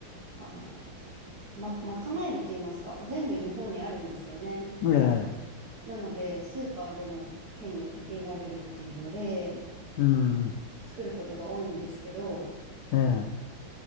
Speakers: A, on the right; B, on the left.
A: あー、ま、賄えると言いますか、全部日本にあるんですよね。
B: ええ、
A: なので、スーパーでも手に入れられるっていうので、
B: うん、
A: 作ることが多いんですけど、
B: ええ、